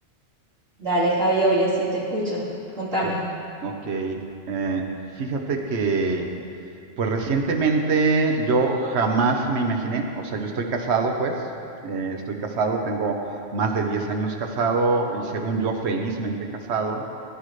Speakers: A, on the right; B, on the right.
A: Dale, Javi, yo sí te escucho. Contame.
B: O- ok, eh, fíjate que, pues recientemente yo jamás me imaginé, o sea, yo estoy casado, pues, eh, estoy casado, tengo más de 10 años casado y según yo felizmente casado,